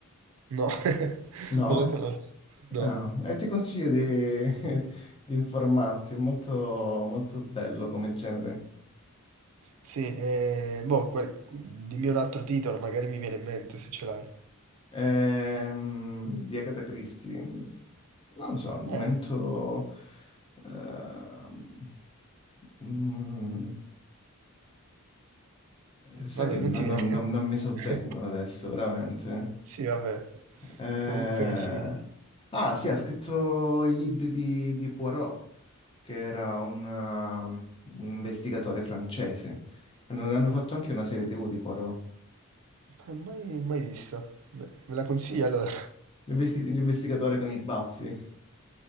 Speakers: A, on the right; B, on the left.
A: No, <laughs>
B: No?
A: non la conosco. No.
B: Ah, e ti consiglio di, <laughs> di informarti, è molto, molto bello come genere.
A: Sì, ehm, boh, qual mhmm, dimmi un altro titolo, magari mi viene in mente se ce l'hai.
B: Ehm, di Agatha Christie. Non lo so, al momento...
A: Eh.
B: ehm, mm, sai
A: Vabbè,
B: che non,
A: non ti viene.
B: non- non- non mi sovvengono
A: <laughs>
B: adesso, veramente.
A: Sì, vabbè.
B: Eh,
A: Comunque sì.
B: Ah, sì, ha scritto i libri di, di Poirot, che era un, uh, un investigatore francese. Hanno, hanno fatto anche una serie TV di Poirot.
A: Eh, mai mai vista. Me me la consigli allora?
B: L'investi- L'investigatore con i baffi.